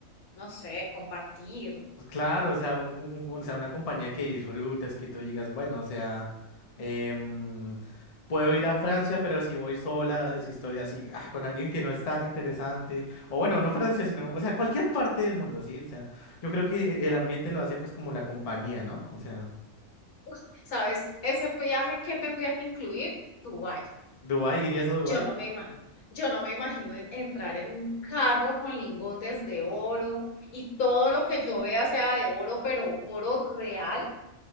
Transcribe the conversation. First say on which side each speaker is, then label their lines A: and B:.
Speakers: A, on the left; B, on the left.
A: no sé, compartir.
B: claro, o sea, un- un- un- o sea, una compañía que disfrutes, que tú digas, bueno, o sea, em, puedo ir a Francia, pero si voy sola, si estoy así, ah, con alguien que no es tan interesante, o bueno, no Francia, sino, o sea, cualquier parte del mundo, sí, o sea, yo creo que el ambiente lo hace pues como la compañía, ¿no? O sea,
A: Uf, ¿Sabes? Ese viaje que tendría que incluir Dubái.
B: ¿Dubái? ¿Irías a Dubái?
A: Yo no me ima- yo no me imagino en- entrar en un carro con lingotes de oro y todo lo que yo vea sea de oro, pero oro real.